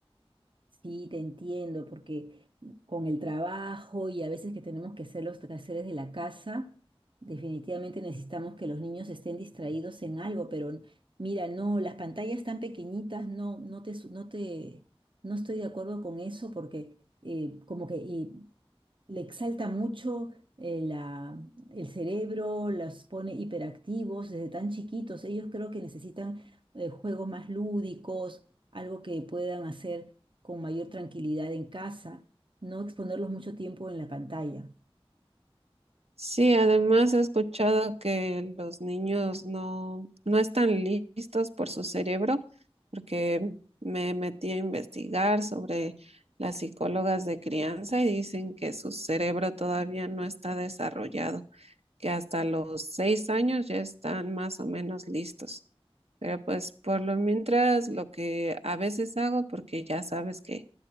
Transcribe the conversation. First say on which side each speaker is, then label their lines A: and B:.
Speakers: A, on the right; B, on the right.
A: Sí, te entiendo, porque con el trabajo y a veces que tenemos que hacer los quehaceres de la casa, definitivamente necesitamos que los niños estén distraídos en algo, pero mira, no, las pantallas tan pequeñitas, no, no te, su- no te, no estoy de acuerdo con eso porque eh, como que y le exalta mucho eh, la- el cerebro, los pone hiperactivos desde tan chiquitos. Ellos creo que necesitan eh, juegos más lúdicos, algo que puedan hacer con mayor tranquilidad en casa, no exponerlos mucho tiempo en la pantalla.
B: Sí, además he escuchado que los niños no, no están listos por su cerebro, porque me metí a investigar sobre las psicólogas de crianza y dicen que su cerebro todavía no está desarrollado, que hasta los seis años ya están más o menos listos. Pero pues por lo mientras lo que a veces hago, porque ya sabes que